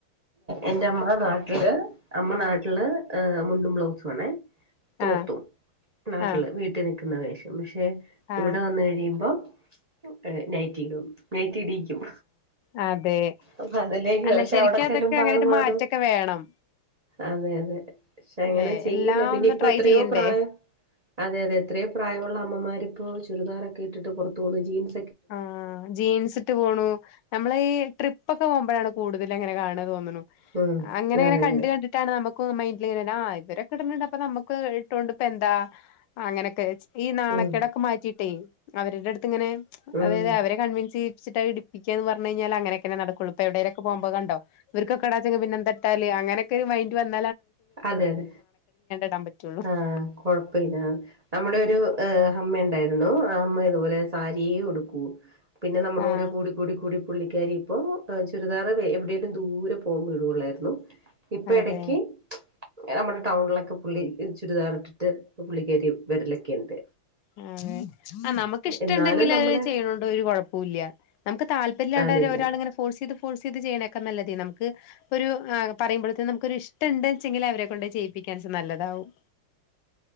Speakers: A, on the right; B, on the left.
A: എന്റെ അമ്മ നാട്ടില് അമ്മ നാട്ടില് ആ മുണ്ടും ബ്ലൗസ് ആണ് തോർത്തും
B: ആ
A: നാട്ടില്
B: ആ
A: വീട്ടി ക്ക്ന്ന വേഷം ഇഷ് ക്ഷെ
B: ആ
A: ഇവിടെ വന്ന് കഴിയുമ്പം എ നൈറ്റി ടും. നൈറ്റി ഇടിക്കും
B: ആ അതെ
A: അപ്പ അതിലേക്ക്
B: അല്ല
A: പക്ഷെ
B: ശരിക്കും
A: അവിടെ
B: അതൊക്കെ
A: അപ്പാള്
B: അങ്ങനൊരു
A: മാറും
B: മാറ്റൊക്കെ വേണം
A: അതെ അതെ പക്ഷെ അങ്ങനെ
B: അല്ലെ
A: ചെയ്യില്ല
B: എല്ലാം
A: പിന്ന
B: ഒന്ന്
A: ഇപ്പൊ
B: ട്രൈ
A: എത്രയോ
B: ചെയ്യണ്ടേ
A: പ്രായം അതെ അതെ എത്രയോ പ്രായമുള്ള അമ്മമാരിപ്പോ ചുരിദാറൊക്കെ ഇട്ടിട്ട് പുറത്ത് പോന്നു ജീൻസ്
B: ആ ജീൻസിട്ട് പോണു നമ്മള് ഈ ട്രിപ്പൊക്കെ പോകുമ്പോഴാണ്. കൂടുതൽ അങ്ങനെ കാണ തോന്നുന്നു
A: ഉം
B: അങ്ങനെ അങ്ങനെ
A: അതെ അതെ
B: കണ്ട് കണ്ടിട്ടാണ് നമുക്ക് മന് ആ ഇവരൊക്കെ കിട്ന്ണ്ട് അപ്പൊ നമുക്ക് ഇട്ടോണ്ട് ഇപ്പ എന്താ അങ്ങനെയൊക്കെ ഈ നാണക്കെട്ടെക്കെ
A: ഉം
B: മാറ്റിട്ടേ അവരുടെ അടുത്ത് ഇങ്ങനെ
A: ഉം
B: അതായത് അവരെ കൺവിൻസ് വെച്ചിട്ട് എടിപ്പിക്കാന്ന് പറഞ്ഞയ്ഞ്ഞാല് അങ്ങനൊക്കെ നടുകൊള്ളൂ ഇപ്പ എവിടെലൊക്കെ പോക്മ്പോ കണ്ടോ ഇവർകൊക്കെ ഇടാച്ചാങ്കില് പിന്നെ ന്താ ഇട്ടാല് അങ്ങനൊക്കെ മൈൻഡ് വന്നാ
A: അതെ അതെ
B: ഇടാൻ പറ്റുള്ളൂ
A: ആഹ് കൊഴപ്പല്ല നമ്മുടെ ഒരു അമ്മ ഇണ്ടായിരുന്നു ആ അമ്മ ഇതുപോലെ സാരി യെ ഉടുക്കൂ പിന്നെ നമ്മുടെ
B: ആഹ്
A: കൂടെ കൂടി കൂടി കൂടി പുള്ളിക്കാരി ഇപ്പോ ചുരിദാറ് എവിടെലും ദൂരെ പോവുമ്പോ ഇടുവൊള്ളായിരുന്നു. ഇപ്പ
B: അതെ
A: ഇടക്ക് നമ്മടെ ടൗണിലൊക്കെ പുള്ളി ചുരിദാർ ഇട്ടിട്ട് പുള്ളിക്കരി വെരലൊക്കെണ്ട്
B: ആ ആ നമക്ക് ഇഷ്ടണ്ടങ്കില്
A: എന്നാലും നമ്മുടെ
B: അഹ് ചെയ്യണോണ്ട് ഒരു കൊഴപ്പുല്ല നമക്ക് താല്പര്യല്ലാണ്ടയത്ത്
A: അതില്ല
B: ഒരാള് ഇങ്ങനെ ഫോഴ്സ് ചെയ്ത് ഫോഴ്സ് ചെയ്ത് ചെയ്യണ ക്ക നല്ലതെ നമുക്ക് ഒരു ആ പറയുമ്പോഴതിന് നമുക്കൊരു ഇഷ്ടണ്ട്ച്ചെങ്കിലെ അവരെ കൊണ്ട് ചെയ്യിപ്പിക്കാൻ നല്ലതാവും